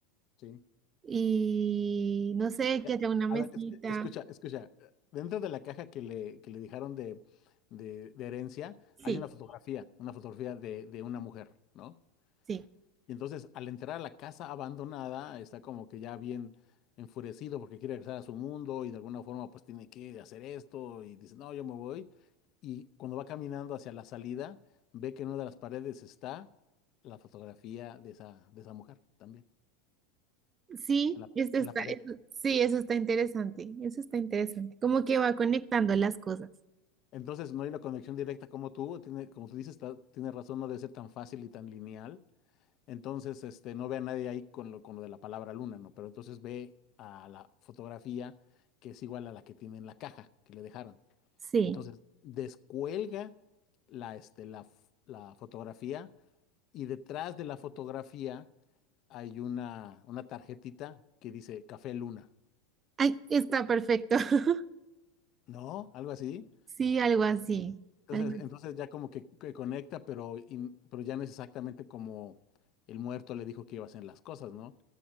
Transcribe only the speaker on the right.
y no sé,
que haya una mesita.
Sí,
sí.
Sí,
esto está,
eso- sí, eso está interesante, eso está interesante. Como que va conectando las cosas.
Sí.
Ay, está perfecto. <laughs>
Sí, algo así,
algo así.